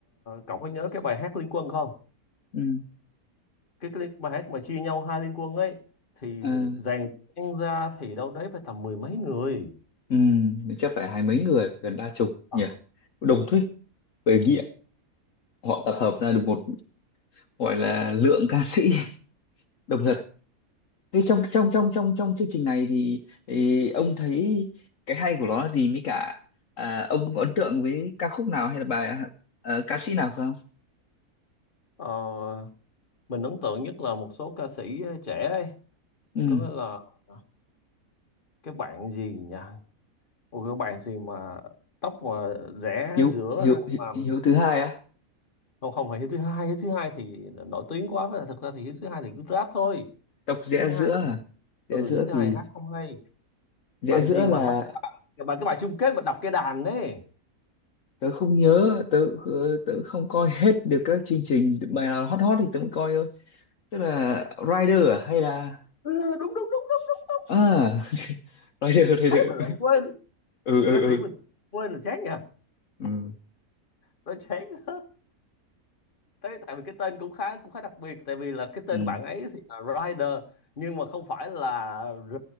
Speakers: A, on the left; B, on the left.
A: cậu có nhớ cái bài hát Liên Quân không
B: ừ.
A: cái, cái bài hát mà chia nhau hai Liên Quân ấy thì
B: À,
A: dàn nhạc ra thì đâu đấy phải tầm mười mấy người
B: ừ. chắc phải hai mấy người gần ba chục
A: Ờ,
B: nhỉ đồng thuyết về nghĩa họ tập hợp ra được một gọi là lượng ca sĩ <laughs> đồng thật thế trong trong trong trong trong chương trình này thì, thì ông thấy cái hay của nó là gì mới cả à, ông có ấn tượng với ca khúc nào hay là bài à, ca sĩ nào không
A: Ờ, mình ấn tượng nhất là một số ca sĩ trẻ ấy
B: ừ.
A: có nghĩa là ờ, cái bạn gì nhỉ một cái bạn gì mà tóc mà rẽ
B: hiếu
A: giữa
B: hiếu
A: ra
B: hiếu
A: mà
B: hiếu thứ hai á
A: không không phải hiếu thứ hai hiếu thứ hai thì nổi tiếng quá với là thật ra thì hiếu thứ hai thì cứ rap thôi
B: đọc rẽ
A: hiếu thứ
B: giữa
A: hai
B: à?
A: ừ
B: rẽ giữa
A: hiếu thứ
B: thì
A: hai hát không hay
B: rẽ
A: bạn
B: giữa
A: gì mà
B: là
A: hát bài, bài cái bài chung kết mà đập cái đàn đấy
B: tớ không nhớ tớ ờ, tớ không coi hết được các chương trình bài nào hot hot thì tớ mới coi thôi tức là Rider à hay là
A: ừ, đúng đúng đúng đúng đúng đúng
B: à <laughs> Rider Rider
A: thế mà lại quên
B: ừ ừ
A: ca sĩ
B: ừ
A: mình quên là chán nha
B: ừ
A: tôi chán đó. thế tại vì cái tên cũng khá cũng khá đặc biệt tại vì là cái tên
B: ừ
A: bạn ấy thì là Rider nhưng mà không phải là R